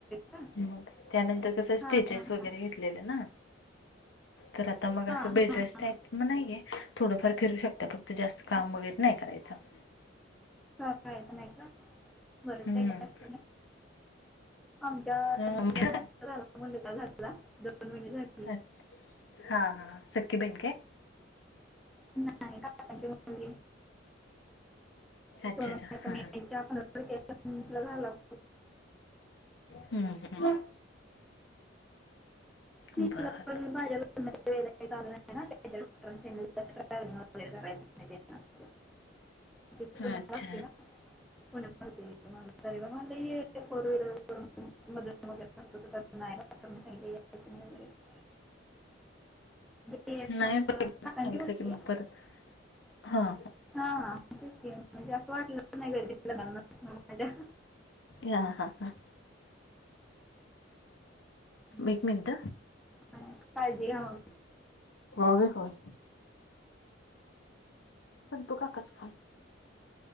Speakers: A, in the centre; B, on the left.
A: का
B: मग त्यानंतर कसं
A: हां
B: स्टिचेस
A: हां
B: वगैरे
A: हां
B: घेतलेले ना. तर आ ता मग
A: हां
B: असं
A: हां
B: बेडरेस्ट
A: हां हां
B: टाईप म नाहीये थोडंफार फिरू शकता फक्त जास्त
A: हां
B: काम वगैरे नाही करायचा.
A: खायचं नाही का? बरंच
B: हम्म.
A: काही काय असते ना आमच्या
B: अ,
A: लग्ना झा मु <unintelligible> झालेला दोन महिने झाले.
B: हा हा सख्खी बहिण काय?
A: नाही काकांची मुलगी
B: अच्छा अच्छा
A: <unintelligible>
B: हा
A: घालाव
B: हम्म
A: तिला
B: हंम बाद
A: पण माझ्या लग्नाच्या वेळेला काही चालू नाही ना <unintelligible> <inaudible> ति पुण्याला
B: अच्छा
A: असती ना? पुण्याला <unintelligible> फोर व्हीलर मधून <unintelligible> <unintelligible> ते
B: नाही
A: मग
B: एक
A: काकांची
B: सांगितलं
A: मुलगी
B: की मग परत हा.
A: हा हा तेच की म्हणजे असं कधी वाटलंच नाही कधी <unintelligible> नाही मग माझ्या
B: हा हा हा.
A: हम्म.
B: एक मिनट
A: पण काळजी घ्या मग
B: हो. हो. संतू काकाचा फोन